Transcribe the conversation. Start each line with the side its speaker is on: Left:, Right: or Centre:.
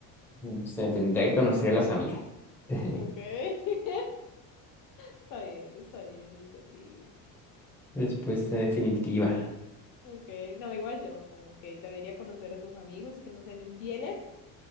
Centre: O sea, tendría que conocer a las amigas. <laughs>
Left: Ok. <laughs> Está bien, está bien, entendible.
Centre: Respuesta definitiva.
Left: Ok, no, igual yo, como que debería conocer a sus amigos que no sean infieles